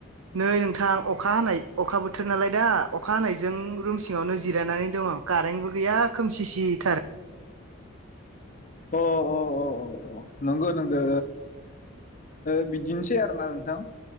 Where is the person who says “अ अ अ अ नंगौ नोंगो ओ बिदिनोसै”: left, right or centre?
Left